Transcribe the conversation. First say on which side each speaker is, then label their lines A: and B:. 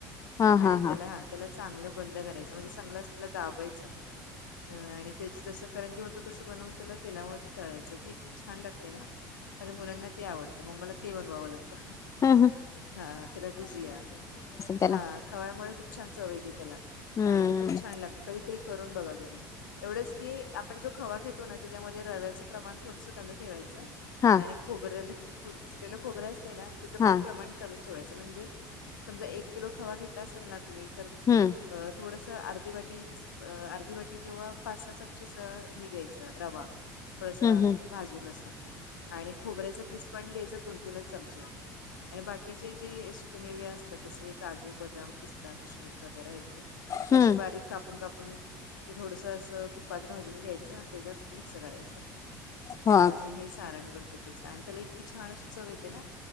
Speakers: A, on the left; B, on the left.
A: हां, हां,
B: आणि
A: हां.
B: त्याला हा. त्याला चांगलं बंद करायचं म्हणजे चांगलं असं त्याला दाबायचं आणि त्याच जस करंजी मधल तसं बनवून त्याला तेलामध्ये तळायचं ते इतकी छान लागते ना. माझ्या मुलांना ते आवडतं मग मला ते बनवावं लागतं.
A: अ हा!
B: हा त्याला गुजीया
A: त्याला.
B: हा खव्यामुळे खूप छान चवयेती त्याला.
A: हं.
B: आणि ते खूप छान लाग कधीतरी करून बघा तुम्ही एवढच की आपण जो खवा घेतो ना त्याच्यामध्ये रव्याच प्रमाण थोडस कमी ठेवायचं
A: हां,
B: आणि खोबऱ्याल खिसलेल खोबरं असत ना त्याचं
A: हां.
B: पण प्रमाण कमीच ठेवायचं म्हणजे समजा एक किलो खवा घेतला असेल ना तुम्ही तर
A: हम्म!
B: अ थोडस अर्धी वाटी अर्धी वाटी किंवा पासा च कस थोडस हे घ्याच रवा थोडस!
A: हं, हं.
B: भाजूना आसा आणि खोबऱ्याचा खिस पण घ्यायचा दोन तीनच चमचे. आणि बाकीचे जे सुकेमेवे असतात जसे काजू बदाम, पिस्ता, किशमिश वगैरे आहे ते! ते
A: हं.
B: असे बारीक कापून कापून ते थोडस अस तुपात भाजून घ्यायचं आणि त्याच्यात मिक्स करायचं.
A: हो,
B: म्हणजे हे सारण बनतं त्याच आणि त्याला इतकी छान अशी चव येते ना